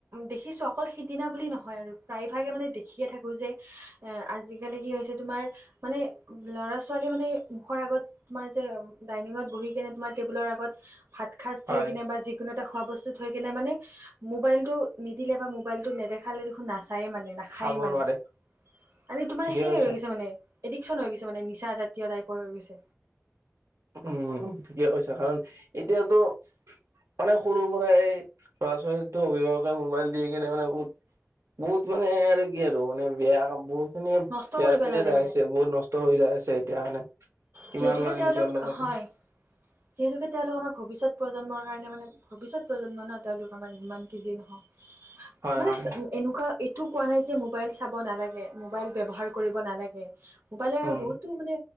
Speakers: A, on the right; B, on the right.
A: দেখিছোঁ অকল সিদিনা বুলি নহয় আৰু প্ৰায়ভাগে মানে দেখিয়ে থাকোঁ যে এ আজিকালি কি হৈছে তোমাৰ মানে ল'ৰা ছোৱালী মানে মুখৰ আগত তুমাৰ যে ডাইনিঙত বহি কিনে তোমাৰ টেবুলৰ আগত ভাত সাজ থৈ
B: হয়
A: কিনে বা যিকোনো এটা খোৱা বস্তু থৈ কেনে মানে মোবাইলতটো নিদিলে বা মোবাইলতটো নেদেখালে দেখোন নচায়ে মানে না খায়
B: খাব
A: মানে
B: নোৱাৰে
A: আ তো মানে
B: ঠিকে
A: সেইয়
B: কৈছা
A: হৈ গৈছে মানে এডিকশন হৈ গৈছে মানে নিচা জাতীয় টাইপৰ হৈ গৈছে
B: উম ঠিকে কৈছা কাৰণ এতিয়াতো মানে সৰুৰ পৰাই এই ল'ৰা ছোৱালী অভিভাৱকে মোবাইল দি কিনে মানে বহুত বহুত মানে আৰু কি আৰু মানে বেয়া কাম বহুত এনেে
A: নষ্ট
B: বেয়া
A: কৰি পেলালে
B: পিনে যাই
A: মানে
B: আছে বহুত নষ্ট হৈ যাই আছে এতিয়া মানে কিমান
A: যিহেতুকে
B: মানে
A: তেওঁলোক
B: নিজৰ লগতে
A: হয় যিহেতুকে তেওঁলোক আমাৰ ভৱিষ্যত প্ৰজন্মৰ কাৰণে মানে ভৱিষ্যত প্ৰজন্ম ন তেওঁলোক আমাৰ যিমান কি যি নহওক
B: হয়
A: মানে
B: হয়
A: এনেকুৱা এইটো কোৱা নাই যে মোবাইল চাব নালাগে। মোবাইল ব্যৱহাৰ কৰিব নালাগে। মোবাইল আৰু
B: উম
A: বহুতো মানে